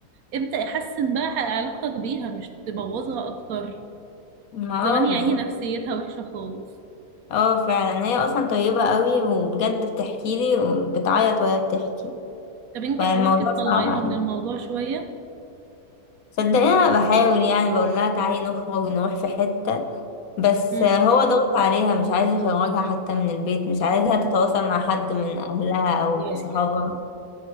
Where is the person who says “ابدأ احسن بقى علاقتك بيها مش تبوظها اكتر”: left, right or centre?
Right